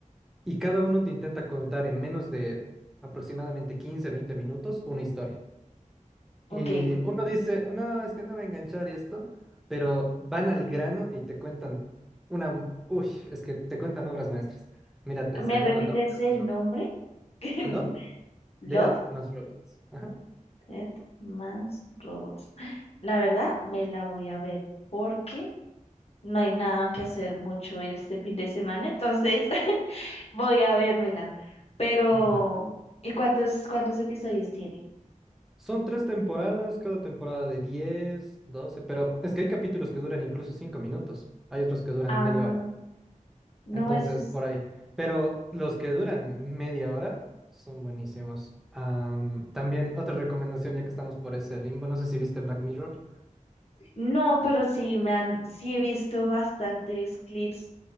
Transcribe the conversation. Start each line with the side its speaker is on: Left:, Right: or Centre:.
Centre: Y cada uno te intenta contar en menos de aproximadamente 15 20 minutos una historia.
Left: ok,
Centre: Y uno dice, no, es que no va a enganchar y esto, pero van al grano y te cuentan una, uy, es que te cuentan obras maestras. Mírate,
Left: ¿me
Centre: se
Left: repites
Centre: llama Love, Death
Left: el
Centre: más Robots.
Left: nombre? <laughs>
Centre: Love,
Left: Love,
Centre: Death más Robots. Ajá.
Left: Death más Robots. La verdad, me la voy a ver porque no hay nada que hacer mucho en este fin de semana, entonces <laughs> voy a vérmela. Pero,
Centre: Va.
Left: ¿y cuántos, cuántos episodios tiene?
Centre: Son tres temporadas, cada temporada de diez doce pero es que hay capítulos que duran incluso 5 minutos, hay otros que duran
Left: Ah,
Centre: media hora,
Left: no,
Centre: entonces
Left: eso es...
Centre: por ahí. Pero los que duran media hora son buenísimos. Am, también otra recomendación, ya que estamos por ese limbo, no sé si viste Black Mirror.
Left: No, pero sí, me han, sí he visto bastantes clips